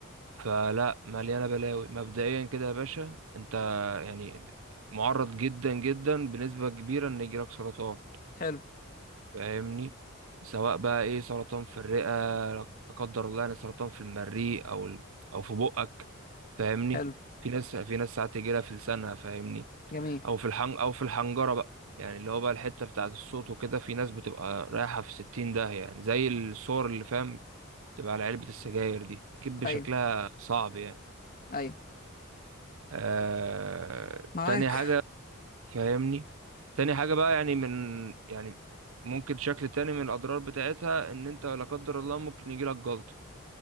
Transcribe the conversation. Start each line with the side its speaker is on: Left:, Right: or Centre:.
Right: فلا مليانه بلاوي مبدئيا كده يا باشا انت يعني معرض جدا جدا بنسبه كبيره ان يجيلك سرطان
Left: حلو
Right: فاهمني سواء بقى ايه سرطان في الرئه لا قدر الله يعني سرطان في المريء او ال... او في بقك فاهمني
Left: حلو
Right: في ناس في ناس ساعات يجيلها في لسانها فاهمني
Left: جميل
Right: او في الحن او في الحنجره بقى يعني اللي هو بقى الحته بتاعه الصوت وكده في ناس بتبقى رايحه في 60 داهيه يعني زي الصور اللي فاهم تبقى على علبه السجاير دي اكيد بشكلها
Left: ايوه
Right: صعب يعني
Left: ايوه
Right: آه...
Left: معاك
Right: تاني حاجة فاهمني تاني حاجة بقى يعني من يعني ممكن شكل تاني من الأضرار بتاعتها إن أنت لا قدر الله ممكن يجيلك جلطة